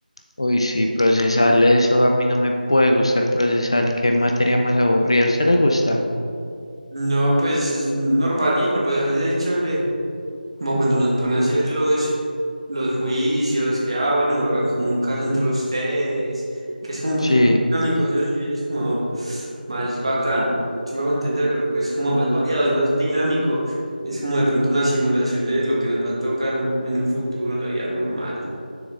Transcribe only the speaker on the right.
No, pues es normalita, pues así de chévere. Como cuando nos ponen a hacer los, los juicios, que, ah, bueno, hagan como un caso entre ustedes, que es como un
poquito más dinámico, eso sí es como más bacano. Yo me hago entender porque pues es como más variado, es más dinámico. Es como de pronto una simulación de lo que nos va a tocar en un futuro en la vida normal.